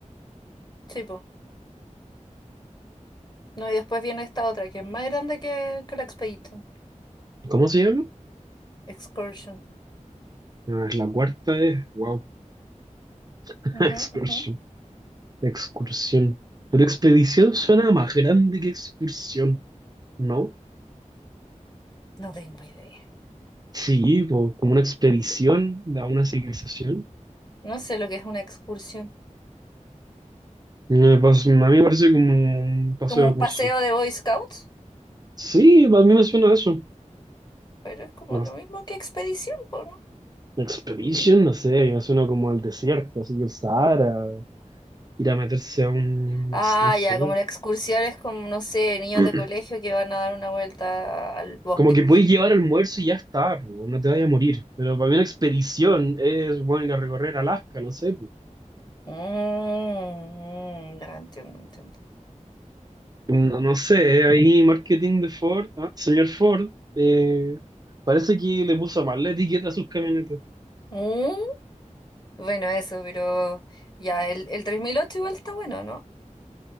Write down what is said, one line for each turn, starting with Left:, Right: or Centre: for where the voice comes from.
Left: Sí, pues. No, y después viene esta otra que es más grande que, que la Expedition.
Right: ¿Cómo se llama?
Left: Excursion.
Right: Ah, es la cuarta E. Wow. <laughs>
Left: Ujú,
Right: Excursión.
Left: ujú.
Right: Excursión. Pero expedición suena más grande que excursión, ¿no?
Left: No tengo idea.
Right: Sí, po, como una expedición a una civilización.
Left: No sé lo que es una excursión.
Right: No, Me pas- a mí me parece como un paseo
Left: ¿Como un
Right: de curso.
Left: paseo de Boy Scouts?
Right: Sí, a mí me suena a eso.
Left: Pero es como
Right: No,
Left: lo mismo que expedición, po, ¿no?
Right: expedition, no sé, me suena como al desierto, así el Sahara. ir a meterse a un, no,
Left: Ah,
Right: s- no sé.
Left: ya, como una excursión es como, no sé, niños
Right: <clears throat>
Left: de colegio que van a dar una vuelta al bosque.
Right: Como que podéis
Left: así.
Right: llevar almuerzo y ya está, po, no te vayas a morir. Pero para mí una expedición es, bueno, ir a recorrer Alaska, no sé, po.
Left: Mm, ya entiendo, entiendo.
Right: No, no sé, eh, ahí marketing de Ford, ah, Señor Ford, eh, parece que le puso mal la etiqueta a sus camionetas.
Left: Mm, bueno, eso, pero ya, el, el 3008 igual está bueno, ¿no?